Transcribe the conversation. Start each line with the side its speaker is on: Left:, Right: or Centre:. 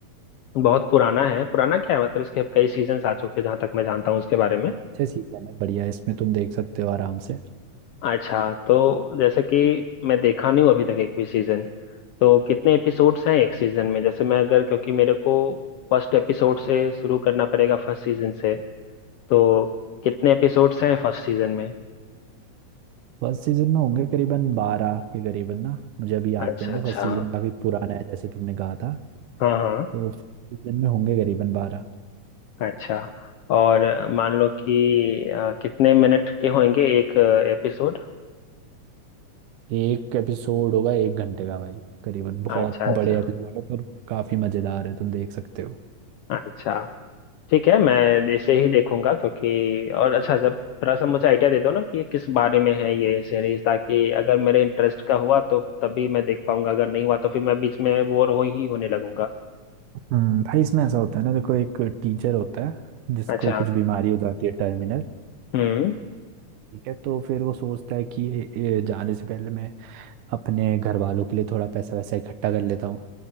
Left: बहुत पुराना है पुराना क्या है मतलब इसके अब कई सीजन्स आ चुके हैं जहां तक मैं जानता हूँ उसके बारे में
Right: हाँ अच्छे सीजन है बढ़िया है, इसमें तुम देख सकते हो आराम से
Left: अच्छा तो जैसे कि मैं देखा नहीं हूँ अभी तक एक भी सीजन तो कितने एपिसोड्स हैं एक सीजन में जैसे मैं अगर क्योंकि मेरे को फर्स्ट एपिसोड से शुरू करना पड़ेगा फर्स्ट सीजन से तो कितने एपिसोड्स हैं फर्स्ट सीजन में
Right: फर्स्ट सीजन में होंगे करीबन बारह के करीबन ना मुझे अभी याद
Left: अच्छा
Right: तो नहीं
Left: अच्छा
Right: है फर्स्ट सीजन काफी पुराना है जैसे तुमने कहा था
Left: हाँ हाँ
Right: तो फर्स्ट सीजन में होंगे करीबन बारह
Left: अच्छा और मान लो कि अ, कितने मिनट के होंगे एक एपिसोड
Right: एक एपिसोड होगा एक घंटे का भाई करीबन बहुत
Left: अच्छा अच्छा
Right: बड़े एपिसोड है पर काफी मजेदार है तुम देख सकते हो
Left: अच्छा ठीक है मैं इसे ही देखूंगा क्योंकि और अच्छा जब थोड़ा सा मुझे आइडिया दे दो ना कि ये किस बारे में है ये सीरीज ताकि अगर मेरे इंटरेस्ट का हुआ तो तभी मैं देख पाऊंगा अगर नहीं हुआ तो फिर मैं बीच में बोर हो ही होने लगूंगा
Right: हम्म भाई इसमें ऐसा होता है ना देखो एक टीचर होता है जिसको
Left: अच्छा
Right: कुछ बीमारी हो जाती है टर्मिनल
Left: हम्म
Right: ठीक है तो फिर वो सोचता है कि ये जाने से पहले मैं अपने घर वालों के लिए थोड़ा पैसा वैसा इकट्ठा कर लेता हूँ